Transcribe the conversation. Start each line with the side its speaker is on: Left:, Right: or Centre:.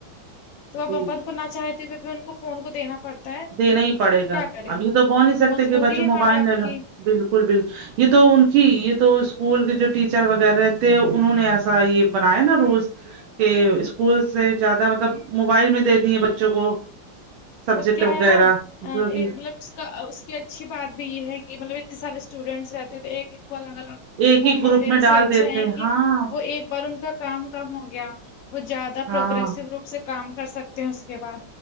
Left: تو ا
Right: جی
Left: اپا ان کو نہ چاہتے پھر ان کو فون کو دینا پڑتا ہے
Right: دینا ہی پڑے گا
Left: کیا کریں
Right: اب یہ تو بول نہیں سکتے
Left: مجبوری
Right: کہ بچوں
Left: ہے
Right: موبائل
Left: ماں باپ
Right: لے لو
Left: کی
Right: بالکل بالکل یہ تو ان کی یہ تو اسکول کے جو ٹیچر وغیرہ تھے انہوں نے ایسا یہ بنایا نا روز کہ اسکول سے زیادہ مطلب موبائل میں دے دی ہیں بچوں کو سبجیکٹ
Left: اور ہے
Right: وغیرہ
Left: نا
Right: جو
Left: مطلب
Right: بھی
Left: اس کا اس کہ اچھی بات بھی یہ ہے کہ مطلب اتنے سارے اسٹوڈینٹس رہتے ہیں تو ایک ایک کو الگ الگ
Right: ایک
Left: ہوم
Right: ہی گروپ
Left: ورک دینے
Right: میں ڈال
Left: سے اچھا
Right: دیتے
Left: ہے
Right: ہیں
Left: کہ
Right: ہاں
Left: وہ ایک بار ان کا کام کم ہو گیا وہ زیادہ
Right: ہاں
Left: پروگریسو روپ سے کام کر سکتے ہیں اس کے بعد